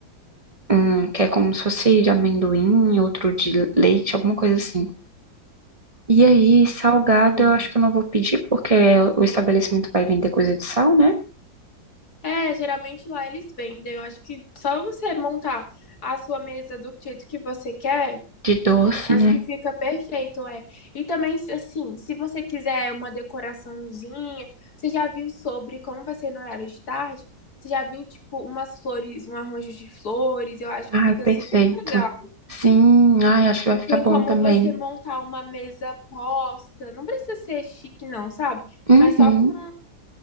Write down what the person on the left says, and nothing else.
Enfim.
É, geralmente lá eles vendem. Eu acho que só você montar a sua mesa do jeito que você quer,
acho
que fica perfeito, é. E também, se- assim, se você quiser uma decoraçãozinha, você já viu sobre como vai ser no horário de tarde? Você já viu, tipo, umas flores, um arranjo de flores? Eu acho que
fica
super legal.
Tem
como
você montar uma mesa posta. Não precisa ser chique, não, sabe?
Mas só com,